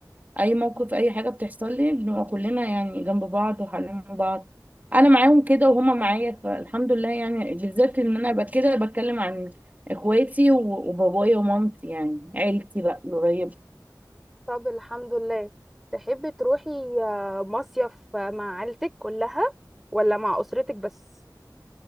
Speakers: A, on the right; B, in the centre.
A: اي موقف اي حاجة بتحصل لي بنبقى كلنا يعني جنب بعض وحالين بعض انا معاهم كده وهم معايا فالحمد لله يعني بالذات ان انا بقى كده بتكلم عن اخواتي و- وبابايا ومامتي يعني عيلتي بقى القريبة
B: طب الحمد لله تحبي تروحي آه، مصيف آه، مع عيلتك كلها ولا مع أسرتك بس